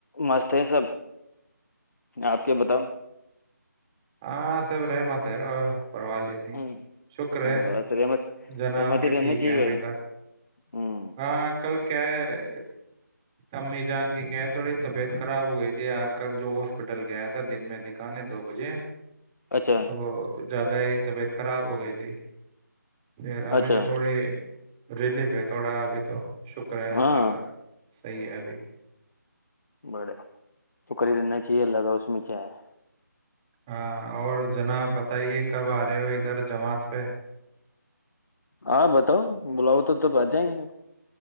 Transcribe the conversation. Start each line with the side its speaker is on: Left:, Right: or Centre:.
Left: مست ہے سب آپ کے بتاؤ
Right: ہاں سب رہے م تا اور پروا لے کے
Left: ہوں،
Right: شکر ہے
Left: بس رحمت
Right: جنا
Left: سہمتی
Right: آپ کے
Left: رہنا
Right: ٹھیک
Left: چاہیے
Right: ہے ابھی تک
Left: ہوں
Right: ہاں کل کیا ہے امی جان کی کیا تھوڑی طبیعت خراب ہو گئی تھی یار کل جو ہاسپٹل ٹل گیا تھا دن میں دکان دو بجے
Left: اچھا
Right: تو زیادہ ہی طبیعت خراب ہو گئے تھے پ ابھی
Left: اچھا
Right: تو تھوڑی ریلیف ہے تھوڑا ابھی تو شکر ہے اللہ
Left: ہاں
Right: کا صحیح ہے ابھی
Left: بڑے تو کری لینا چاہیے اللہگا اس میں کیا ہے
Right: ہاں اور جناب بتائیے کب آ رہے ہو ادھر جماعت پہ
Left: ہاں بتاؤ بلاؤ تو تب آ جائیں گے